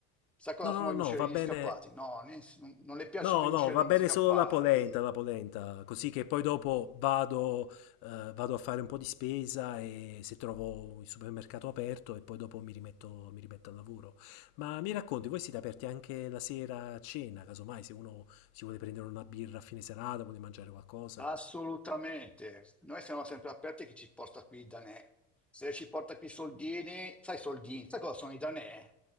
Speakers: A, in the centre; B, on the left.
A: Sai cosa
B: No, no,
A: sono
B: no,
A: gli
B: no,
A: uccellini
B: va bene.
A: scappati? No, ne- non le piacciono
B: No,
A: gli
B: no,
A: uccellini
B: va bene
A: scappati.
B: solo la polenta, la polenta, così che poi dopo vado, eh, vado a fare un po' di spesa e se trovo il supermercato aperto e poi dopo mi rimetto, mi rimetto al lavoro. Ma mi racconti, voi siete aperti anche la sera a cena, casomai se uno si vuole prendere una birra a fine serata, vuole mangiare qualcosa?
A: Assolutamente, noi siamo sempre aperti a chi ci porta qui i danè. Se ci porta qui i soldini, sai i soldini, sai cosa sono i danè?